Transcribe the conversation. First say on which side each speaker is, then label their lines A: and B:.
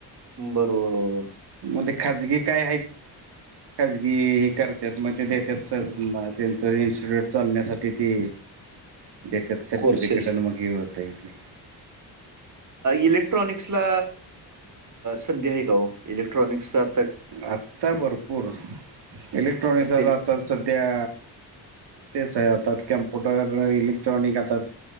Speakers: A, on the right; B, on the right.
A: बरोबरर..
B: मध्ये खाजगी काय आहेत. खाजगी हे करतात मग ते देतात त्यांचं इन्स्टिट्यूट चालण्यासाठी ते..
A: <unintelligible>
B: जेत सर्टिफिकेट
A: कोर्सेस.
B: अनमुखी होततील.
A: इलेक्ट्रॉनिक्सला संधी आहे का हो इलेक्ट्रॉनिक्सात
B: आता भरपूर इलेक्ट्रॉनिक्स
A: मग तेच
B: आता सध्या... तेच आहे आतर कम्प्युटर इलेक्ट्रॉनिक आतात..